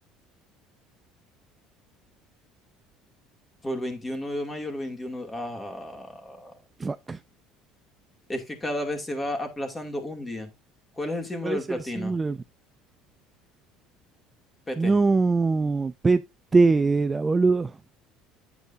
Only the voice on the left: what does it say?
O el veintiuno de mayo, el 21. Ah,
es que cada vez se va aplazando un día. ¿Cuál es el símbolo
del
platino?
PT.